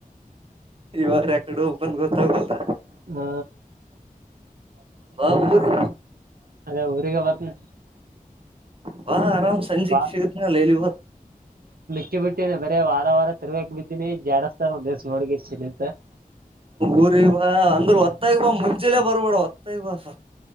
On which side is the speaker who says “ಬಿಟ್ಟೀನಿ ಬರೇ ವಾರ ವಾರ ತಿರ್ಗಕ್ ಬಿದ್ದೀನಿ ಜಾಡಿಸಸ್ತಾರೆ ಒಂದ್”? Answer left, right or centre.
Right